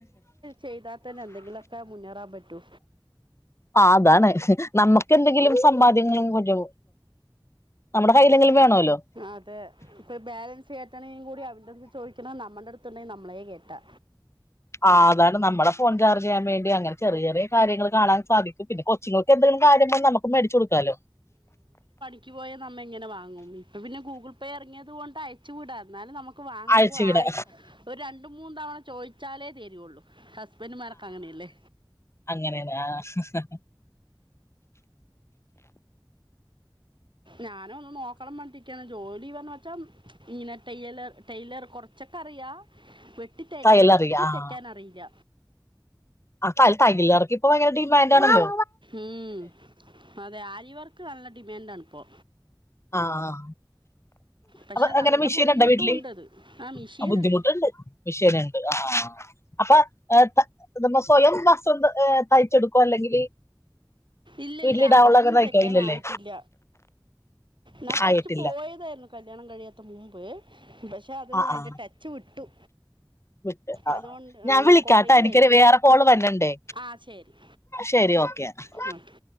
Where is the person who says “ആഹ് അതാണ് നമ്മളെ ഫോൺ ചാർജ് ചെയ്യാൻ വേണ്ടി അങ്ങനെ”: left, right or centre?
Left